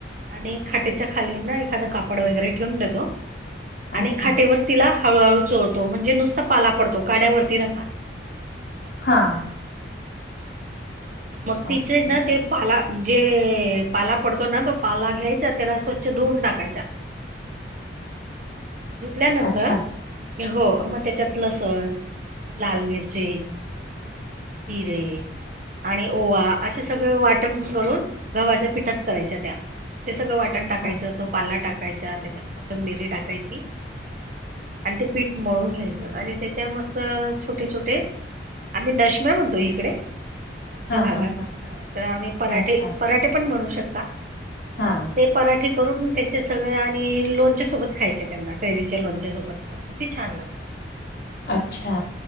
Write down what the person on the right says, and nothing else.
आणि खाटीच्या खालींना एखादं कापड वगैरे ठेवून देतो. आणि
खाटेवर तिला.. हळूहळू चोळतो म्हणजे नुसता पाला पडतो काड्यावररती राहता.
मग तिचे
ना ते पाला जे.. पाला पडतो. ना तो पाला घ्यायचा त्याला स्वच्छ धुऊून टाकायचा. धुतल्यानंतर..
हो मग त्याच्यात लसण लाल मिरची जिरे.. आणि ओवा असे सगळे वाटण करून गव्हाच्या पीठ.. करायच्या त्या ते सगळं वाटण टाकायचं
तो पाला टाकायचा त्याच्यात कोथंबीरी टाकाय.. यची. आणि ते पीठ मळून घ्यायचं आणि त्याच्या मस्त छोटे छोटे... आम्ही दशम्या म्हणतो इकडे.. आमच्या
भागात
हा तर आम्ही पराठे
पराठे पण बनवू शकता.
ते पराठे... करून त्याचे सगळं आणि लोणच्या सोबत खायचे त्यांना कैरीच्या लोणच्या सोबत अगदी छान लागतात. <inaudible>